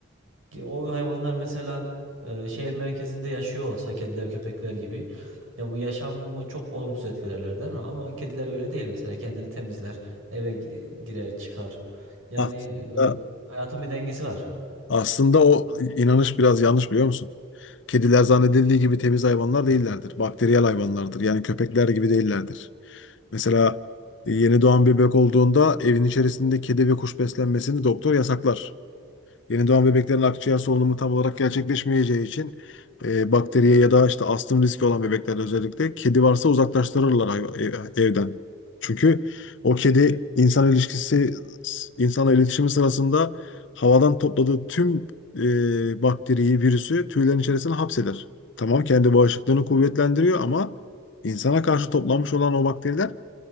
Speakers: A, on the right (about 85°); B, on the left (about 65°).
A: Ki O hayvanlar mesela e, şehir merkezinde yaşıyor olsa kediler köpekler gibi ya bu yaşamı çok olumsuz etkilerler değil mi? Ama kediler öyle değil mesela kendini temizler eve gi- girer çıkar yani
B: Aslında,
A: e, hayatın bir dengesi var.
B: aslında o inanış biraz yanlış biliyor musun? Kediler zannedildiği gibi temiz hayvanlar değillerdir. Bakteriyel hayvanlardır. Yani köpekler gibi değillerdir. Mesela yeni doğan bebek olduğunda evin içerisinde kedi ve kuş beslenmesini doktor yasaklar. Yeni doğan bebeklerin akciğer solunumu tam olarak gerçekleşmeyeceği için e, bakteriye ya da işte astım riski olan bebeklerde özellikle kedi varsa uzaklaştırırlar hayva- ev- evden. Çünkü o kedi insan ilişkisi, insanla iletişimi sırasında havadan topladığı tüm e, bakteriyi, virüsü tüylerin içerisine hapseder. Tamam kendi bağışıklığını kuvvetlendiriyor ama insana karşı toplanmış olan o bakteriler